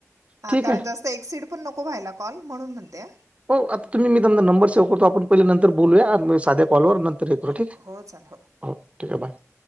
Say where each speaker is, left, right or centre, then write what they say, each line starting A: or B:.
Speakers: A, on the right (about 25°); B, on the right (about 90°).
A: ठीक
B: कारण
A: आहे
B: असं एक्सप्लिन नको व्हायला कॉल म्हणून म्हणते.
A: हो आता तुम्ही मीतुमचा नबर सेव्ह करतो आपण पहिल्या नंतर बोलूया. मी साध्या
B: हो
A: कॉल व नंतर येतो
B: हो
A: ठीक आहे
B: हो चालेल
A: हो ठीक आहे बाय.